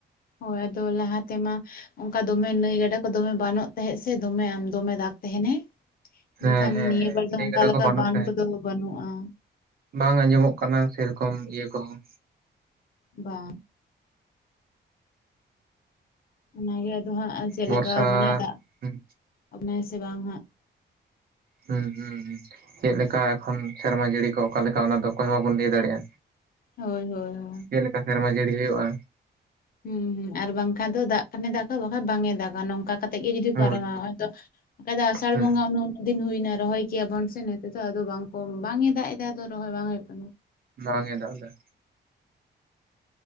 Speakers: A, on the left; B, on the right.
A: ᱳᱭ ᱟᱫᱚ ᱞᱟᱦᱟ ᱛᱮᱢᱟ ᱚᱝᱠᱟ ᱫᱚᱢᱮ ᱱᱟᱹᱭ-ᱜᱟᱰᱟ ᱠᱚ ᱫᱚᱢᱮ ᱵᱟᱱᱚᱜ ᱛᱟᱦᱮᱸᱜ ᱥᱮ ᱫᱚᱢᱮ ᱟᱢ ᱫᱚᱢᱮ ᱫᱟᱜᱽ ᱛᱟᱦᱮᱱᱮ᱾
B: ᱦᱮᱸ
A: ᱮᱱᱠᱷᱟᱱ
B: ᱦᱮᱸ
A: ᱱᱤᱭᱟᱹ
B: ᱦᱮᱸ
A: ᱵᱟᱨ ᱫᱚ
B: ᱱᱟᱹᱭ
A: ᱚᱝᱠᱟ
B: ᱜᱟᱰᱟ
A: ᱞᱮᱠᱟ
B: ᱠᱚ ᱵᱟᱹᱱᱩᱜ
A: ᱵᱟᱱ
B: ᱛᱮ
A: ᱠᱚᱫᱚ ᱵᱟᱹᱱᱩᱜᱼᱟᱸ᱾
B: ᱵᱟᱝ ᱟᱸᱡᱚᱢᱚᱜ ᱠᱟᱱᱟ, ᱥᱮ ᱨᱚᱠᱚᱢ ᱤᱭᱟᱹ ᱠᱚᱦᱚᱸ᱾
A: ᱵᱟ᱾ ᱚᱱᱟᱜᱮ ᱟᱫᱚ ᱦᱟᱸᱜ ᱟ ᱪᱮᱜ
B: ᱵᱚᱨᱥᱟ
A: ᱞᱮᱠᱟ ᱟᱵᱚᱱᱟᱭ, ᱫᱟᱜ
B: ᱦᱩᱸ
A: ᱟᱵᱱᱟᱭ ᱥᱮ ᱵᱟᱝ ᱦᱟᱸᱜ!
B: ᱦᱩᱸ, ᱦᱩᱸ, ᱦᱩᱸ, ᱦᱩᱸ᱾ ᱪᱮᱜ ᱞᱮᱠᱟ ᱮᱠᱷᱚᱱ ᱥᱮᱨᱢᱟ ᱡᱟᱹᱲᱤ ᱠᱚ ᱚᱠᱟ ᱞᱮᱠᱟ? ᱚᱱᱟ ᱫᱚ ᱚᱠᱚᱭ ᱦᱚᱸ ᱵᱟᱵᱚᱱ ᱞᱟᱹᱭ ᱫᱟᱲᱮᱜᱼᱟ᱾
A: ᱦᱳᱭ, ᱦᱳᱭ, ᱦᱳᱭ᱾
B: ᱪᱮᱜ ᱞᱮᱠᱟ ᱥᱮᱨᱢᱟ ᱡᱟᱲᱤ ᱦᱩᱭᱩᱜᱼᱟ?
A: ᱦᱩᱸ-ᱦᱩᱸ ᱟᱨ ᱵᱟᱝᱠᱷᱟᱸ ᱫᱚ ᱫᱟᱜ ᱠᱷᱟᱱᱮ ᱫᱟᱜᱟ ᱵᱟᱝᱠᱷᱟ ᱵᱟᱝᱮ ᱫᱟᱜᱟ ᱱᱚᱝᱠᱟ ᱠᱟ- -ᱛᱮ ᱜᱮ ᱡᱩᱫᱤ
B: ᱦᱳᱭ
A: ᱯᱟᱨᱚᱢᱟ ᱦᱚᱭᱛᱚ ᱠᱟᱡ ᱫᱟ ᱟᱥᱟᱲ
B: ᱦᱩᱸ
A: ᱵᱚᱸᱜᱟ ᱩᱱᱩ ᱫᱤᱱ ᱦᱩᱭ ᱮᱱᱟ ᱨᱚᱦᱚᱭ ᱠᱮᱭᱟ ᱵᱚᱱ ᱥᱮ ᱱᱮ ᱛᱮ ᱫᱚ᱾ ᱟᱫᱚ ᱵᱟᱝ ᱠᱚ ᱵᱟᱝᱮ ᱫᱟᱜ ᱮᱫᱟ ᱟᱫᱚ ᱨᱚᱦᱚᱭ ᱵᱟᱝ ᱦᱩᱭᱩᱜ ᱠᱟᱱᱟ᱾
B: ᱵᱟᱝᱮ ᱫᱟᱜ ᱫᱟ᱾